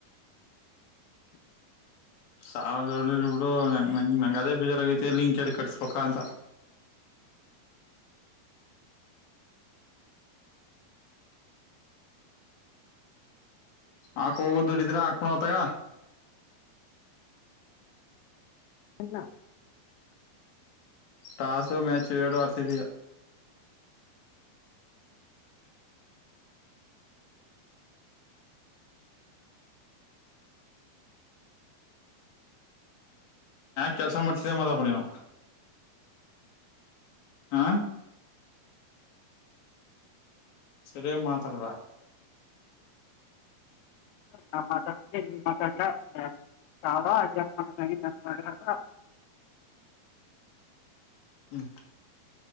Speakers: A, on the left; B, on the left.
A: <inaudible>
B: ಸಾವಿದ ಇಬಡು ನಂಗ ನಂಗ ಅದೇ ಬೇಜಾರಾಗೈತಿ ಅಲ್ಲಿಂ ಕದ ಕಟ್ಸ್ಬೇಕ ಅಂತ <inaudible> ಆಕ್ ಹೋಗೋ ದುಡಿದ್ರ ಹಾಕ್ಪಣತ್ತಗ
A: <unintelligible>
B: ಟಾಸ ಮ್ಯಾಚ್ ಏಡು ಆರ್ ಸಿ ಬಿ ಕೆಲಸ ಮಾಡ್ತಿದ ಮದಪ್ಪಾ ನೀನು ಆ ಸರಿ ಮಾತಾಡರ
A: ನಾ ಮಾತಾಡ್ತ ನೀ ಮಾತಾಡ್ಲಾವ ಅಡ್ಸ್ಟ್ ಮಾಡ <unintelligible> <unintelligible>
B: ಹ್ಮ್